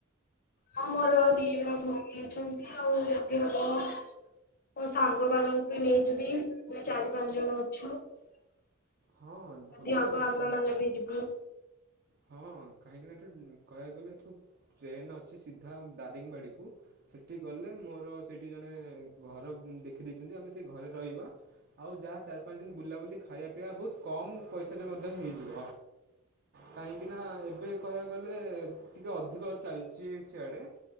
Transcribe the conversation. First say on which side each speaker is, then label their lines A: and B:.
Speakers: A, on the left (about 45°); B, on the right (about 55°).
A: ହଁ ମୋର ଦିଜଣ ଭଉଣୀ ଅଛନ୍ତି, ଆଉ ଯଦି ହବ ମୋ ସାଙ୍ଗ ମାନଙ୍କୁ ବି ନେଇଯିବି ଆମେ ଚାରି ପାଞ୍ଚ ଜଣ ଅଛୁ। ଯଦି
B: ହଁ ଭଲ
A: ହବ
B: କଥା ତ
A: ଆମେ
B: କାହିଁକି
A: ମାନେ ବି ଜିବୁ।
B: ହଁ କାହିଁକି ନା କହିବାକୁ ଗଲେ ଏଠୁ ଟ୍ରେନ୍ ଅଛି ସିଧା ଦାରିଙ୍ଗବାଡ଼ିକୁ, ସେଠି ଗଲେ ମୋର ସେଇଠି ଜଣେ ଘର ଦେଖିଦେଇଛନ୍ତି ଆମେ ସେ ଘରେ ରହିବା ଆଉ ଯାହା ଚାରି ପାଞ୍ଚ ଦିନ ବୁଲାବୁଲି ଖାଇବା ପିଇବା ବହୁତ କମ୍ ପଇସାରେ ମଧ୍ୟ ହେଇଯିବ। କାହିଁକି ନା ଏବେ କହିବାକୁ ଗଲେ ଟିକେ ଅଧିକ। ଅଧିକ ଚାଲିଛି ସିଆଡ଼େ